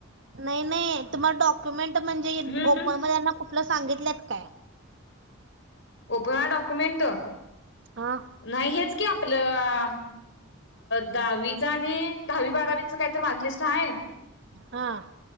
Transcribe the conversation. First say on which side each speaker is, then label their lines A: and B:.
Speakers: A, on the right; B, on the left.
A: नाही नाही तुम्हाला डॉक्युमेंट म्हणजे
B: हम्म
A: ओपन कुठलं सांगितलंत काय
B: ओपन डॉक्युमेंट
A: हा
B: नाही हेच की आपलं दहावी आणि दहावी बारावी च काय तर मार्कशीट मार्कलिस्ट हाय
A: हा